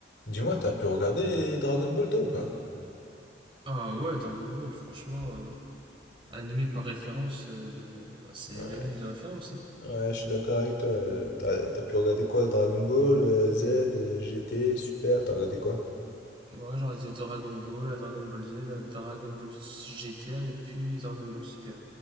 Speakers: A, on the left; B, on the right.
A: Dis-moi, t'as pu regarder Dragon Ball toi ou pas?
B: Ah ouais, Dragon Ball, franchement, euh, animé par référence, euh, bah, c'est
A: Ouais.
B: l'anime de référence. Hein.
A: Ouais, je suis d'accord avec toi. euh, T'as, t'as pu regarder quoi? Dragon Ball, euh, Z, euh, GT, Super, t'as regardé quoi?
B: Bon, ouais, j'aurais dit Dragon Ball, à Dragon Ball Z, à Dragon Ball GTA, et puis Dragon Ball Super.